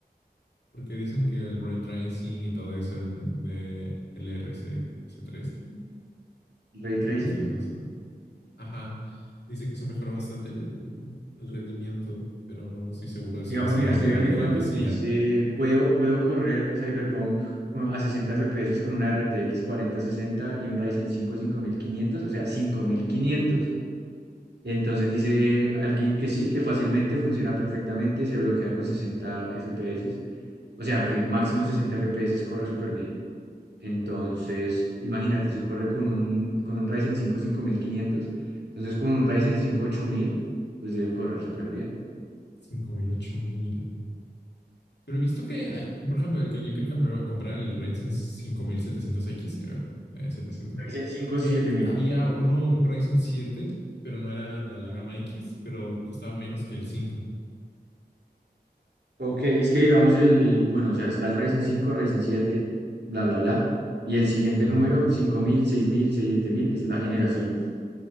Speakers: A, on the left (about 90°); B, on the right (about 80°).
A: Porque dicen que el ray tracing y todo eso, el de el R C 3 creo.
B: Ray Tracing.
A: Entonces no sé. Ajá. Dice que eso mejora bastante el, el- el rendimiento, pero no estoy seguro de eso,
B: Digamos,
A: de esa
B: mira,
A: nueva
B: estoy
A: tecnología
B: averiguando,
A: que sí
B: dice,
A: a
B: puedo, puedo correr Cyberpunk uh, a 60 FPS con una RTX 4060 y un Ryzen 5 5500, o sea, 5500. Entonces dice alguien que sí, que fácilmente funciona perfectamente, se bloquea con 60 FPS, o sea, que máximo 60 FPS corre súper bien. Entonces, imagínate, si corre con un, con un Ryzen 5 5500, entonces con un Ryzen 5 8000, pues debe correr súper bien.
A: cinco mil, ocho mil. Pero he visto que hay, por ejemplo, el que yo quería comprar, el Ryzen cinco mil setecientos x creo, eh, 700.
B: Ryzen 5
A: Y
B: 7000.
A: había uno, un Ryzen siete pero no era de la gama X, pero costaba menos que el cinco
B: Ok, es que digamos el, el, bueno, o sea, está el Ryzen cinco, Ryzen siete, bla, bla, bla, y el siguiente
A: Ajá.
B: número, cinco mil, seis mil, siete mil es la generación.